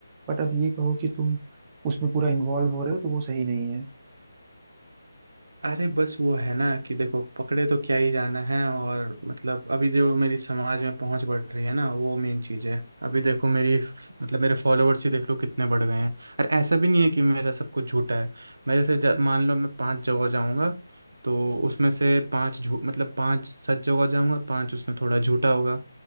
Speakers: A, on the right; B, on the right.
A: बट अब ये कहो कि तुम उसमें पूरा इन्वॉल्व हो रहे हो तो वो सही नहीं
B: अरे बस वो है ना कि देखो पकड़े तो क्या ही जाना है और मतलब अभी जो मेरी समाज में पहुंच बढ़ रही है ना वो मेन चीज़ है अभी देखो मेरी मतलब मेरे फॉलोअर्स ही देख लो कितने बढ़ गए हैं और ऐसा भी नहीं है कि मेरा सब कुछ झूठा है मैं जैसे ज- मान लो मैं पांच जगह जाऊंगा तो उसमें से पांच झूठ मतलब पांच सच जगह जाऊंगा पांच उसमें थोड़ा झूठा होगा